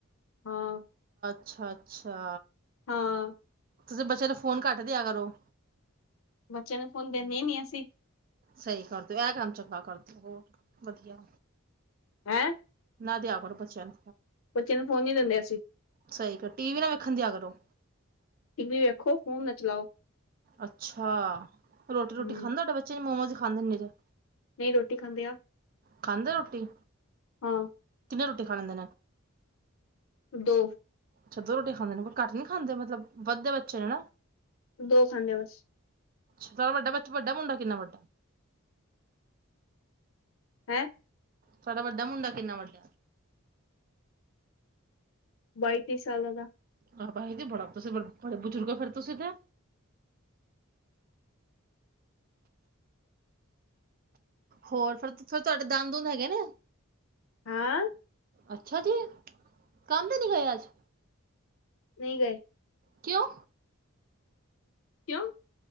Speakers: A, on the left; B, on the right.
A: ਹਾਂ
B: ਅੱਛਾ ਅੱਛਾ
A: ਹਾਂ
B: ਤੁਸੀਂ ਬੱਚਿਆਂ ਨੂੰ ਫੋਨ ਘੱਟ ਦਿਆ ਕਰੋ
A: ਬੱਚੇ ਨੂੰ ਫੋਨ ਦਿੰਦੇ ਨੀ ਅਸੀਂ
B: ਸਹੀ ਕਰਦੇਓ ਇਹ ਕੰਮ ਚੰਗਾ ਕਰ ਦਿਓ ਹੋਰ ਵਧੀਆ
A: ਹੈਂ
B: ਨਾ ਦਿਆ ਕੋਣ ਬੱਚਣ
A: ਬੱਚੇ ਨੂੰ ਫੋਨ ਨੀ ਦਿੰਦੇ ਅਸੀਂ
B: ਸਹੀ ਕਰ ਟੀ ਵੀ ਨਾ ਵੇਖਣ ਦੀ ਆ ਕਰੋ
A: ਟੀ ਵੀ ਵੇਖੋ ਫੋਨ ਨਾ ਚਲਾਓ
B: ਅੱਛਾ ਰੋਟੀ ਰੋਟੀ
A: ਹਮ
B: ਖਾਂਦਾ ਤੁਹਾਡੇ ਬੱਚੇ ਨੇ ਮੋਮੋਜ਼ ਖਾਂਦੇ ਨ ਤੇ
A: ਨਹੀਂ ਰੋਟੀ ਖਾਂਦੇ ਆ
B: ਖਾਂਦੇ ਰੋਟੀ
A: ਹਾਂ
B: ਕਿਨੇ ਰੋ ਖਦੇ
A: ਦੋ
B: ਅਛੱ ਦੋ ਰੋਟੀ ਖਾਂਦੇ ਨੇ ਪਰ ਘੱਟ ਨੀ ਖਾਂਦੇ ਮਤਲਬ ਵੱਧਦੇ ਬੱਚੇ ਨੇ ਨਾ
A: ਦੋ ਖਾਂਦੇ ਬਸ
B: ਅੱਛਾ ਵੱਡਾ ਬੱਚਾ ਵੱਡਾ ਮੁੰਡਾ ਕਿੰਨਾ ਵੱਡਾ
A: ਹੈਂ
B: ਤੁਡਾ ਵੱਡਾ ਮੁੰਡਾ ਕਿੰਨਾ ਵੱਡਾ
A: ਬਾਈਤੀ ਸਾਲ ਦਾ
B: ਆਹੋ ਭਾਈ ਦੀ ਬੜਾ ਤੁਸੀਂ ਬੜੇ ਬਜ਼ੁਰਗ ਹੋ ਫੇਿਰ ਤੁਸੀਂ ਤੇ ਹੋਰ ਫਿਰ ਫਿਰ ਤੁਹਾਡੇ ਦੰਦ ਦੁੰਦ ਹੈਗੇ ਨੇ
A: ਹਾਂ
B: ਅੱਛਾ ਜੀ ਕੰਮ ਤੇ ਨੀ ਗਏ ਅੱਜ
A: ਨਹੀਂ ਗਏ
B: ਕਿਉਂ
A: ਕਿਉਂ